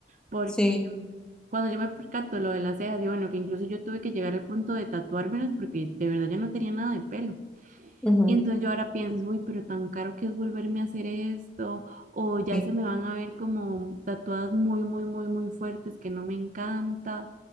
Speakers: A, on the right (about 45°); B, in the centre.
A: Porque
B: Sí,
A: cuando yo me percato lo de las cejas, digo, bueno, que incluso yo tuve que llegar al punto de tatuármelas porque de verdad ya no tenía nada de pelo.
B: Ujú,
A: Y entonces yo ahora pienso, uy, pero tan caro que es volverme a hacer esto, o ya
B: sí.
A: se me van a ver como tatuadas muy, muy, muy, muy fuertes que no me encanta.